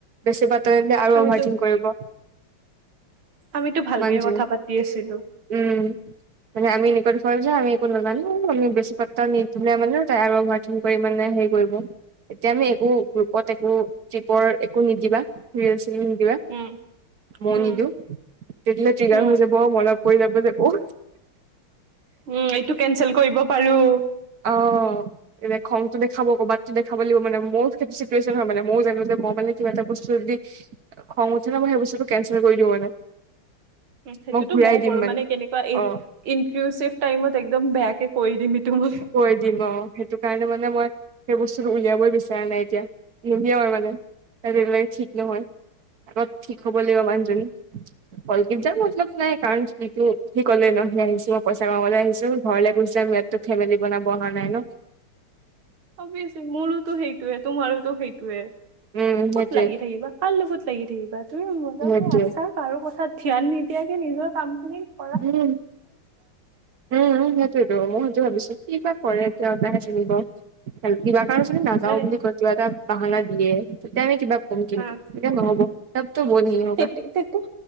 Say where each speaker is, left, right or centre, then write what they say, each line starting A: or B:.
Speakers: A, on the right; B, on the right.
A: বেছি বাতৰি দিলে আৰু
B: আমিতো
A: অ'ভাৰ একটিং কৰিব।
B: আমিতো ভালকে
A: মানজুৱে
B: কথা পাতি আছিলোঁ।
A: উম। মানে আমি নিকট যে আমি একো নাজানো আমি বেছি পাতা নিদিলে মানে তাই আমাক কঠিন পৰিমাণে হেৰী কৰিব এতিয়া আমি একো গ্ৰুপত একো ট্ৰিপৰ একো নিদিবা। নিদিবা।
B: উম
A: মই
B: উম
A: নিদিওঁ। তেতিয়া হ'লে টিগাৰ
B: উম
A: হৈ যাব মনত পৰি যাব যে আকৌ।
B: উম এইটো কেনচেল কৰিব পাৰোঁ।
A: অহ। এনে খংটো দেখাব ক'বাতটো দেখাব লাগিব মানে মোৰ সেইটো চিটুৱেচন হয় মানে মও জানো যে মই মানে কিবা এটা বস্তু যদি খং উঠে ন মই সেই বস্তুটো কেনচেল কৰি দিওঁ মানে।
B: উম সেইটোতো
A: মই ঘূৰাই
B: ময়ো
A: দিম
B: কৰোঁ মানে কেনেকুৱা এই
A: অ
B: ইনটউি টাইমত একদম বেয়াকে কৈ দিম এইটো মই।
A: কৈ দিম অ সেইটো কাৰণে মানে মই সেই বস্তুটো উলিয়াবই বিচৰা নাই এতিয়া নোলিৱাও আৰু মানে যেতিয়ালৈকে ঠিক নহয়, আগত ঠিক হ'ব লাগিব মানুহজনী। কলগীত যাম মতলপ নাই কাৰণ সেইটো সে ক'লেই ন সি আহিছোঁ মই পইছা কামাবলে আহিছোঁ ঘৰলে কৈছে যাম ইয়াততো ফেমেলি বনাব অহা নাই ন।
B: অবিয়েচলি মোৰোটো সেইটোৱে তোমাৰোটো সেইটোৱে।
A: উম সেইটোৱে
B: ক'ত লাগি থাকিবা কাৰ লগত লাগি থাকিবা তুমি মজাকে
A: সেইটোৱে
B: আছা কাৰু কথাত ধ্যান নিদিয়াকে নিজৰ কামখিনিত
A: উম। উম সেইটোৱে টো মই সেইটো ভাবিছোঁ কি বা কৰে এতিয়া তেওঁ হে জানিব। কিবা কাৰণত যদি নাযাওঁ
B: মানে
A: বুলি কয় কিবা এটা বাহানা দিয়ে তেতিয়া আমি কিবা কম কিন্তু,
B: আহ,
A: তেতিয়া নহ'ব। তব টো ৱ নাহি হগা।
B: তেতি- তেতিয়া